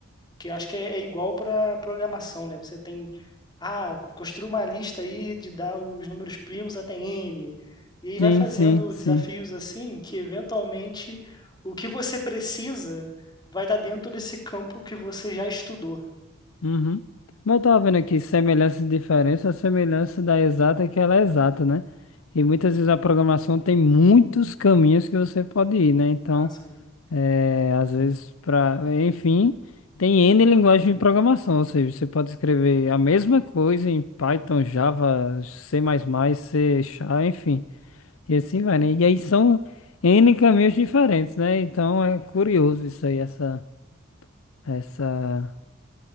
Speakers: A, on the left; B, on the left.
A: que eu acho que é, é igual para programação, né? Você tem, ah, construa uma lista aí de dar os números primos até n, e aí vai
B: Sim,
A: fazendo
B: sim, sim.
A: desafios assim, que eventualmente o que você precisa vai estar dentro desse campo que você já estudou.
B: Uhum. Mas eu tava vendo aqui semelhança e diferença, a semelhança da exata é que ela é exata, né? E muitas vezes a programação tem muitos caminhos que você pode ir, né? Então.
A: Ah, sim.
B: É, às vezes para, enfim, tem N linguagem de programação, ou seja, você pode escrever a mesma coisa em Python, Java, C++, C Sharp, enfim, e assim vai, né? E aí são N caminhos diferentes, né? Então é curioso isso aí, essa, essa...